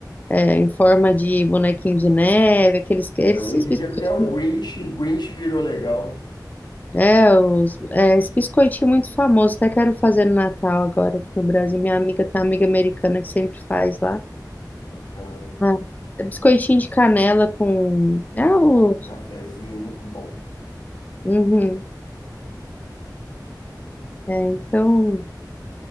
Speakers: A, on the left; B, on the left.
A: é, em forma de bonequinho de neve, aqueles,
B: É,
A: esses
B: hoje
A: biscoitinhos,
B: em dia até o Grinch, o Grinch virou legal.
A: é, os, é, esse biscoitinho muito famoso, até quero fazer no Natal agora aqui no Brasil. Minha amiga tem uma amiga americana que sempre faz lá.
B: Bacana.
A: Ah, é biscoitinho de canela com.
B: Muito
A: É
B: bom,
A: o.
B: um cafezinho, muito bom.
A: Uhum. É, então,